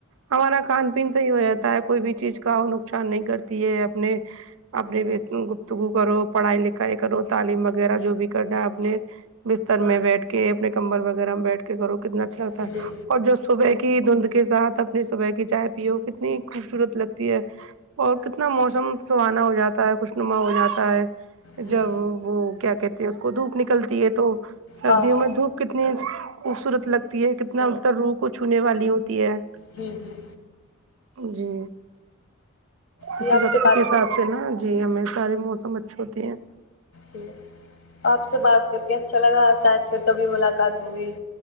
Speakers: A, on the right; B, on the left.
A: ہمارا کھان پین صحیح ہو جاتا ہے کوئی بھی چیز کا وہ نقصان نہیں کرتی ہے اپنے اپنے گفتگو کرو پڑھائی لکھائی کرو تعلیم وغیرہ جو بھی کرنا اپنے بستر میں بیٹھ کے اپنے کمبل وغیرہ میں بیٹھ کے کرو کتنا اچھا لگتا
B: جی
A: ہے اور جو صبح کی دھند کے ساتھ اپنی صبح کی چائے پیو کتنی خوبصورت لگتی ہے اور کتنا موسم سہانا ہو جاتا ہے خوشنما ہو جاتا ہے
B: جی
A: جب وہ کیا کہتے ہیں اس کو دھوپ نکلتی ہے تو سردیوں
B: ہاں ہاں
A: میں دھوپ کتنی خوبصورت لگتی ہے کتنا مطلب روح کو چھونے والی ہوتی ہے
B: جی جی
A: جی اس
B: جی آپ
A: وقت
B: سے بات
A: کے
B: کر
A: ساتھ سے نا جی ہمیں سارے موسم اچھے ہوتے ہیں
B: جی آپ سے بات کر کے اچھا لگا شاید پھر کبھی ملاقات ہوگئی